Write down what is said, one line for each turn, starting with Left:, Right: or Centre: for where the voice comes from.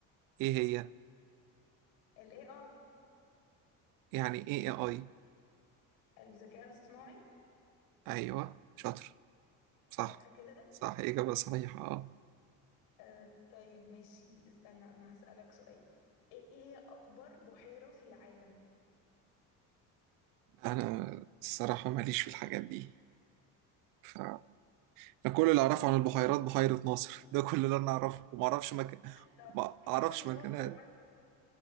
Right: إيه هي؟
Left: ال AI
Right: يعني إيه إيه آي؟
Left: الذكاء الاصطناعي
Right: أيوه شاطر صح
Left: صح كده
Right: صح إجابة صحيحة اه
Left: آه طيب ماشي استنى انا هسألك سؤال ايه هي اكبر بحيرة في العالم
Right: أنا الصراحة ماليش في الحاجات دي ف أنا كل اللي أعرفه
Left: ما...
Right: عن البحيرات
Left: طب
Right: بحيرة ناصر ده كل اللي أنا أعرفه وما أعرفش مكان
Left: طب
Right: ما أعرفش
Left: حاول تفكر
Right: مكانها
Left: مثلا